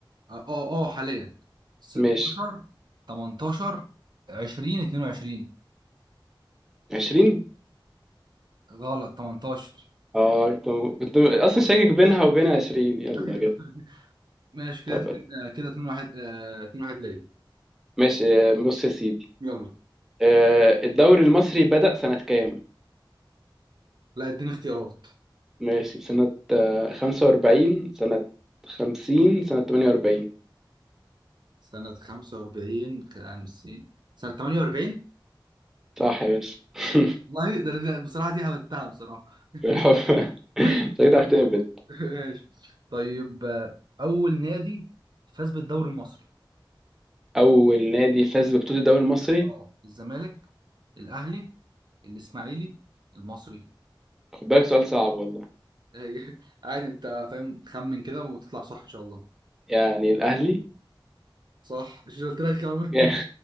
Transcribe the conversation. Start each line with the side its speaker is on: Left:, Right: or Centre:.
Right: اه اه آه، حاليا 16
Centre: ماشي
Right: 18 20 22
Centre: 20
Right: غلط 18
Centre: اه كنت كنت أصلا شاكك بينها وبين 20 يلا
Right: <laughs> ايوه
Centre: جت
Right: ماشي كده
Centre: طب
Right: اتنين- آه، كده 2 1 2 1 ليا
Centre: ماشي آه، بص يا سيدي
Right: يلا
Centre: آه، الدوري المصري بدأ سنة كام؟
Right: لا اديني اختيارات
Centre: ماشي سنة آه، 45 سنة 50 سنة 48
Right: سنة 45 50 سنة 48
Centre: صح يا باشا <laughs>
Right: والله ده ده- بصراحة دي هبتها بصراحة
Centre: بالحب <laughs>
Right: <laughs>
Centre: شكلك عرفت تهبد
Right: <laughs> ماشي طيب آه، اول نادي فاز بالدوري المصري
Centre: أول نادي فاز ببطولة الدوري المصري
Right: اه الزمالك الاهلي الاسماعيلي المصري
Centre: خد بالك سؤال صعب والله
Right: هي- <laughs> عادي انت فاهم تخمن كده وتطلع صح ان شاء الله
Centre: يعني الأهلي
Right: صح مش قلت لك خمن
Centre: <laughs>
Right: <laughs>